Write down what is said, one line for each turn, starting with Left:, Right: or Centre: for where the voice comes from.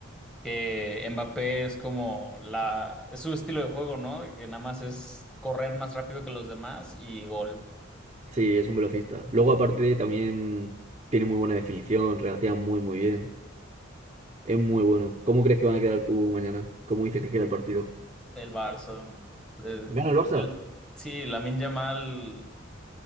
Centre: que Mbappé es como la, es su estilo de juego, ¿no? Que nada más es correr más rápido que los demás y gol.
Right: Sí, es un velocista. Luego, aparte, también tiene muy buena definición, regatea muy, muy bien. Es muy bueno. ¿Cómo crees que van a quedar tú mañana? ¿Cómo dices que queda el partido?
Centre: El Barça. Eh,
Right: ¿Gana el Barça?
Centre: l- sí, Lamine Yamal.